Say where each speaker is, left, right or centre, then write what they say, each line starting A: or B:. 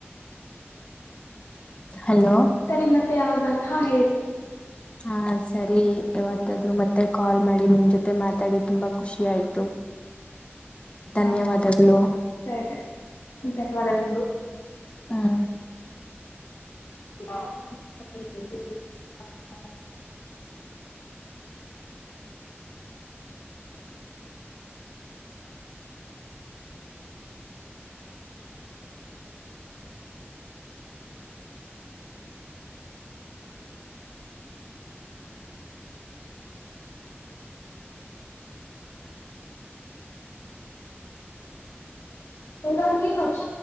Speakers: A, on the left; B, on the left.
A: ಹಲೋ
B: ಸರಿ ಮತ್ತೆ ಅವಾಗ ಹಾ ಹೇಳಿ
A: ಹಾ ಸರಿ ಯವತ್ತಾದ್ರು ಮತ್ತೆ ಕಾಲ್ ಮಾಡಿ ನಿಮ್ ಜೊತೆ ಮಾತಾಡಿ ತುಂಬಾ ಖುಷಿ ಆಯ್ತು ಧನ್ಯವಾದಗಳು
B: ಹಾ ಸರಿ ಧನ್ಯವಾದ ನಿು
A: ಹ್ಮ
B: ಇ <inaudible> ಎಲ್ಲ ನೀ ಲಕ್ಷ